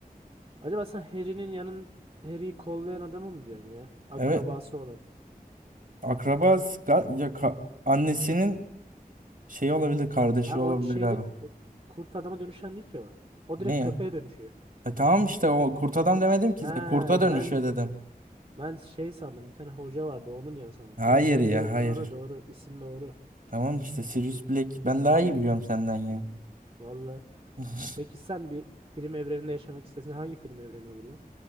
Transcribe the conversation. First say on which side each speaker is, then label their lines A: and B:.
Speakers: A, on the right; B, on the right.
A: Acaba sen Harry'nin yanın Harry'yi kollayan adamı mı diyorsun ya? Akrabası
B: Evet.
A: olan.
B: Akrabası ga- ya ka- annesinin şey olabilir. Kardeşi
A: Ha
B: olabilir
A: o şey
B: galiba.
A: değil. O kurt adama dönüşen değil ki o. O
B: Ne
A: direkt
B: ya?
A: köpeğe dönüşüyor.
B: E tamam işte o kurt adam demedim ki.
A: Ha
B: zaten. Kurta dönüşüyor
A: ben
B: dedim.
A: ben şey sandım. Bir tane hoca vardı onu diyorsun sandım.
B: Hayır
A: Tam senin
B: ya
A: dediğin
B: hayır.
A: doğru doğru. isim doğru.
B: Tamam işte Sirius Black. Ben daha iyi biliyorum senden ya.
A: Vallahi.
B: <laughs>
A: Peki sen bir film evreninde yaşamak istesen hangi film evreni olurdu?